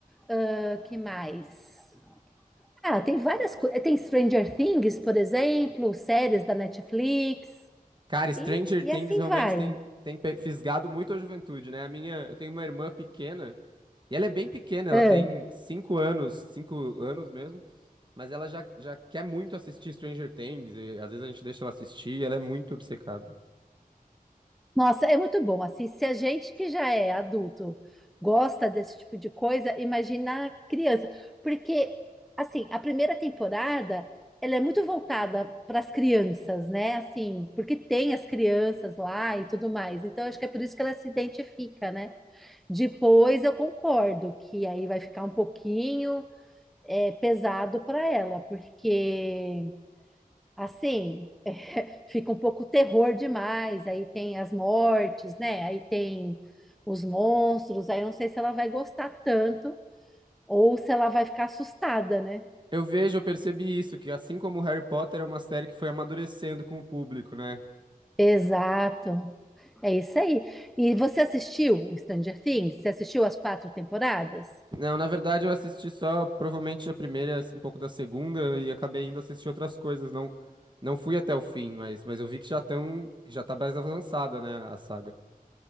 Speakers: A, in the centre; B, on the right.
A: ah, que mais? Ah, tem várias coisas. Tem Stranger Things, por exemplo, séries da Netflix,
B: Cara, Stranger
A: e, e
B: Things
A: assim
B: realmente
A: vai.
B: tem, tem pe- fisgado muito a juventude, né? A minha, eu tenho uma irmã pequena, e ela é bem pequena, ela
A: É.
B: tem cinco anos, cinco anos mesmo, mas ela já, já quer muito assistir Stranger Things, e às vezes a gente deixa ela assistir, e ela é muito obcecada.
A: Nossa, é muito bom. Assim, se a gente que já é adulto gosta desse tipo de coisa, imagina a criança. Porque, assim, a primeira temporada, ela é muito voltada para as crianças, né? Assim, porque tem as crianças lá e tudo mais. Então, acho que é por isso que ela se identifica, né? Depois eu concordo que aí vai ficar um pouquinho. é, pesado para ela, porque assim fica um pouco terror demais. Aí tem as mortes, né? Aí tem os monstros. Aí eu não sei se ela vai gostar tanto ou se ela vai ficar assustada, né?
B: Eu vejo, eu percebi isso, que assim como Harry Potter é uma série que foi amadurecendo com o público, né?
A: Exato, é isso aí. E você assistiu o Stranger Things? Você assistiu as quatro temporadas?
B: Não, na verdade eu assisti só provavelmente a primeira, um pouco da segunda e acabei indo assistir outras coisas, não não fui até o fim, mas, mas eu vi que já tão, que já tá mais avançada, né, a saga.